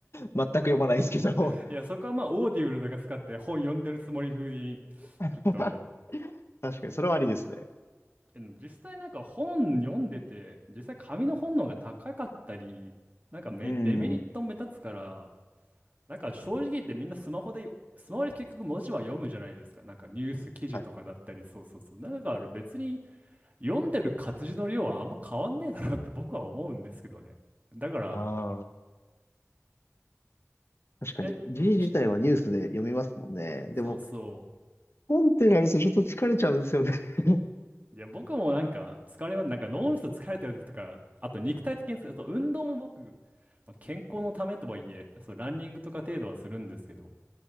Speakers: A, on the left; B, on the right.
A: 全く読まないですけど。
B: <laughs> いや、そこはまあ、オーディブルとか使って本読んでるつもり風に、
A: <laughs>
B: ちょっと、
A: 確かに、それはありですね。
B: えでも実際なんか本読んでて、実際紙の本の方が高かったり、なんかメデメリット目立つから、
A: うん。
B: なんか正直言ってみんなスマホで、スマホで結局文字は読むじゃないですか。なんかニュース記事とかだったり、
A: はい。
B: そうそうそう。だから別に読んでる活字の量はあんま変わんねえだろうって僕は思うんですけどね。だから、
A: ああ、確かに。
B: え、
A: 字自体はニュースで読みますもんね。
B: ち、
A: でも、
B: そうそ
A: 本ってなるとちょっと疲れちゃうんですよね。<laughs>
B: う。いや、僕もなんか疲れます。なんか脳みそ疲れてる時とか、あと肉体的に疲れ、あと運動も僕、まあ、健康のためとはいえ、そう、ランニングとか程度はするんですけど、